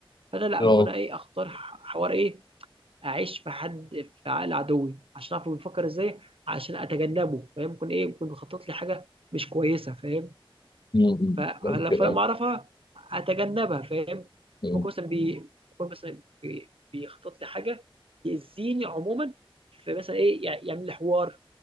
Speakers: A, on the right; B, on the left.
A: فانا لا
B: اه
A: ممكن أنا ايه اختار ح- حوار ايه اعيش في حد في عقل عدوي عشان اعرف هو بيفكر ازاي عشان اتجنبه فاهم ممكن ايه ممكن يخطط لي حاجه مش كويسه فاهم
B: مم.
A: ف- فلما
B: ممكن
A: لما اعرفها اتجنبها فاهم
B: اه
A: ممكن مثلا بي... ممكن مثلا بي... بيخطط لي حاجه يأذيني عموما فمثلا ايه يع- يعمل لي حوار